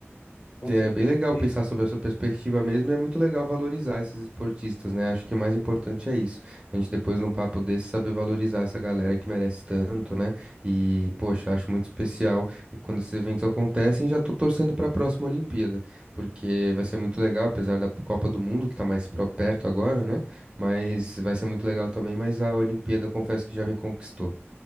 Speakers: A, on the left; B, on the right.
A: com
B: É
A: certeza,
B: bem legal
A: e-
B: pensar sobre essa perspectiva mesmo, e é muito legal valorizar esses esportistas, né? Acho que o mais importante é isso. A gente depois num papo desse saber valorizar essa galera que merece tanto, né? E, poxa, acho muito especial quando esses eventos acontecem, já tô torcendo para a próxima Olimpíada, porque vai ser muito legal, apesar da Copa do Mundo que tá mais pro- perto agora, né? Mas vai ser muito legal também, mas a Olimpíada confesso que já me conquistou.